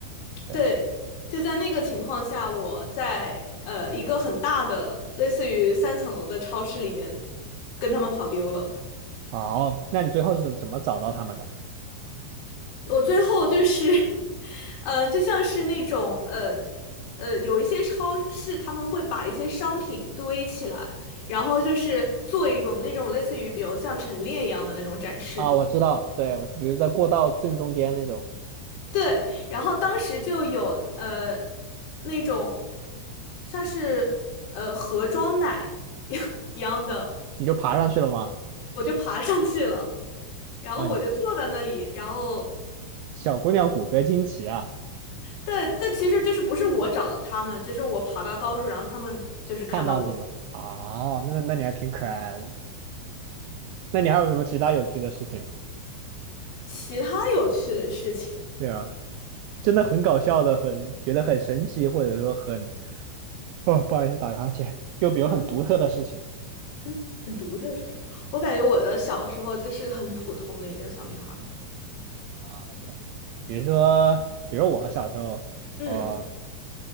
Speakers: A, on the right (about 80°); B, on the left (about 65°).
A: 对，
B: 对，就在那个情况下，我在呃一个很大的类似于三层楼的超市里面跟他们跑丢了。
A: 哦，那你最后是怎怎么找到他们的？
B: 我最后就是，<laughs> 嗯、就像是那种呃呃，有一些超市他们会把一些商品堆起来，然后就是做一种那种类似于比如像陈列一样的那种展示嘛。
A: 啊，我知道，对，我就比如在过道正中间那种，
B: 对，然后当时就有呃那种像是呃盒装奶 <laughs> 一样的。
A: 你就爬上去了吗？
B: 我就爬上去了，然后我就坐在那里，
A: 哇，你
B: 然后
A: 小姑娘骨骼惊奇啊！
B: 对，但其实就是不是我找到他们，就是我爬到高处，然后他们就是看到我。
A: 看到你了啊，那那你还挺可爱的。那你还有什么其他有趣的事情吗？
B: 其他有趣的事情，
A: 对啊，真的很搞笑的，很觉得很神奇，或者说很，哦，不好意思，打个哈欠。就比如很独特的事情
B: 很普很很独特的事情，我感觉我的小时候就是很普通的一个小女孩儿，
A: 啊，OK，比如说，比如我小时候，
B: 嗯，
A: 啊。